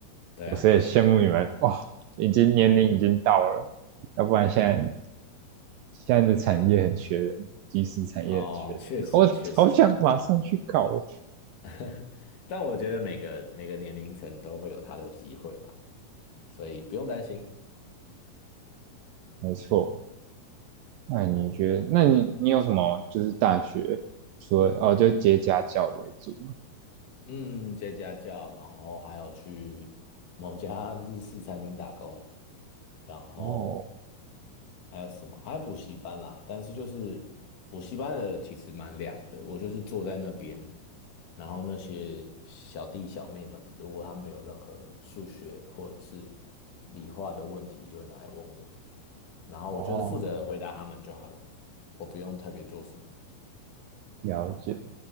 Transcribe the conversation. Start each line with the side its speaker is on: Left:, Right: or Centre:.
Left: 对啊，
Right: 有时也羡慕你们，哇，已经年龄已经到了，要不然现在现在的产业很缺人，即时产业很缺人，
Left: 哦，确实确实，
Right: <laughs> 我好想马上去搞哦。
Left: <laughs> 但我觉得每个每个年龄层都会有他的机会啦，所以不用担心。
Right: 没错，那你觉得，那你你有什么就是大学除了哦，就接家教为主吗？
Left: 嗯，接家教，然后还有去某家日式餐厅打工，然后
Right: 哦
Left: 还有什么？还有补习班啦。但是就是补习班的其实蛮凉的，我就是坐在那边，然后那些小弟小妹们，如果他们有任何数学或者是理化的问题，就会拿来问我，然后我就是负责回答他们就好了，
Right: 哦，
Left: 我不用特别做什么。
Right: 了解。